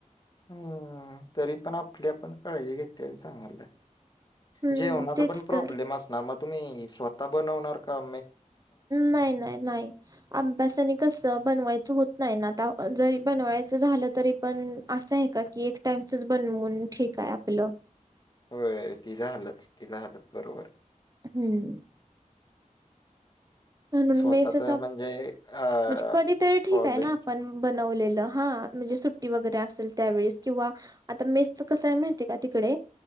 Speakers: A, on the left (about 30°); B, on the right (about 25°).
A: हम् तरी पण आपली आपण काळजी घेते सांगाल
B: हं,
A: जेवणा
B: तेच
A: पण प्रॉब्लेम
B: तर.
A: असणार मग तुम्ही स्वत बनणार काे
B: नाही नाही नाही अभ्यासाने कस बनवायचं होत नाही ना आता जरी बनवायचं झालं तरी पण असं आहे का की एक टाइमचच बनवून ठीक आहे आपलं
A: होय तिझं हलत तिचा हलत बरोबर
B: हम्म म्हणून
A: स्वतःच
B: मेसेच
A: म्हणजे अ
B: म्हणजे कधीतरी ठीक
A: कॉलेज
B: आहे ना आपण बनवलेलं हा म्हणजे सुट्टी वगैरे असेल त्यावेेळेस किंवा आता मेसच कसं आहे माहतीय का तिकडे